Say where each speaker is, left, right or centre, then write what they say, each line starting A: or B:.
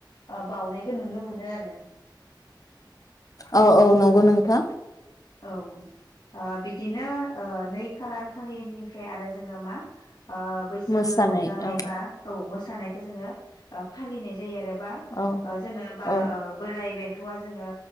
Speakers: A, on the left (about 60°); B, on the left (about 45°).
A: ओ बावनायखौ नुनो मोनो आरो
B: औ औ नंगौ नोंथां
A: औ ओ बि दिनो ओ नै खालार खालिनिफ्राय आरो जोङो मा ओ बैसागो
B: मोसानाय
A: रंजानाय
B: औ
A: बा औ मो सानायखौ जोङो ओ फालिनाय जायो आरो बा
B: औ
A: ओ‌ जोङो बा
B: औ
A: ओ बोराइ बेन थ'आ जोङो